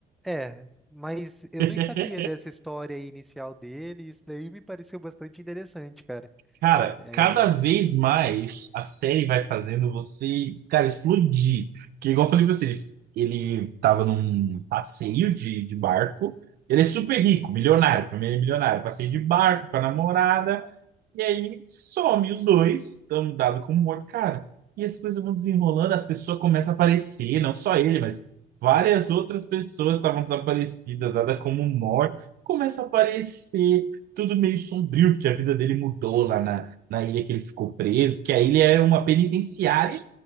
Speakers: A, in the centre; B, on the right (about 65°).
A: é, mas eu
B: <laughs>
A: nem sabia dessa história inicial dele, e isso daí me pareceu bastante interessante, cara.
B: Cara,
A: É,
B: cada vez mais a série vai fazendo você, cara, explodir. Que igual eu falei pra você, ele, ele tava num passeio de, de barco. Ele é super rico, milionário, família milionária. Passeio de barco com a namorada. E aí some os dois, estamos dado como morto, cara. E as coisas vão desenrolando, as pessoas começam a aparecer, não só ele, mas várias outras pessoas estavam desaparecidas, dada como morta, começa a aparecer, tudo meio sombrio, porque a vida dele mudou lá na, na ilha que ele ficou preso, que a ilha era uma penitenciária